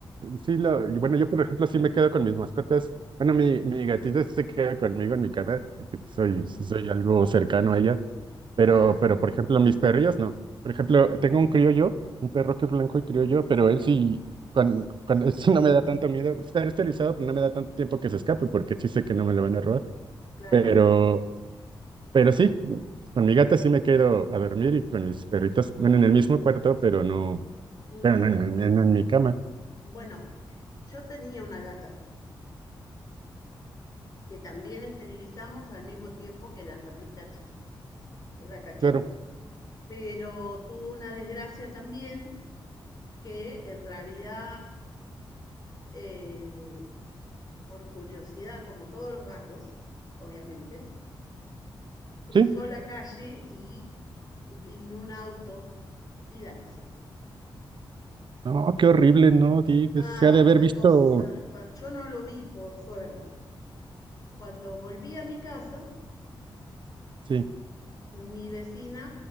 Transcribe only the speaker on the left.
Mm,
ah,
Claro.
Ujú.
Bueno, yo tenía una gata que también esterilizamos al mismo tiempo que la perrita chiquita, que es la cachorra.
Pero tuvo una desgracia también que en realidad, eh, por curiosidad, como todos los gatos, obviamente, cruzó
la calle y vino un auto y la pisó.
Ah,
una
cosa, espan- yo no lo vi por suerte. Cuando volví a mi casa,
Mi vecina